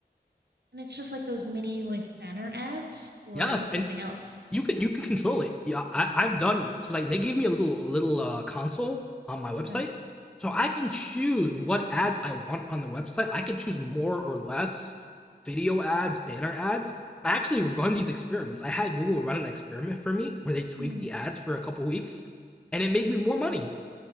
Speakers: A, on the right; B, in the centre.
A: And it's just like those mini like banner ads, or
B: Yes,
A: is it
B: and
A: something else?
B: you can you can control it. Yeah, I, I've done so like they gave me a little a little uh, console on my website,
A: Okay.
B: so I can choose what ads I want on the website. I can choose more or less video ads, banner ads. And I actually run these experiments. I had Google run an experiment for me where they tweaked
A: hmm
B: the ads for a couple weeks, and it made me more money.